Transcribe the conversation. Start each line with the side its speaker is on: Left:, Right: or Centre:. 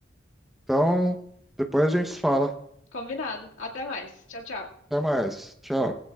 Centre: Então, depois a gente se fala.
Left: Combinado. Até mais. Tchau, tchau.
Centre: Até mais. Tchau.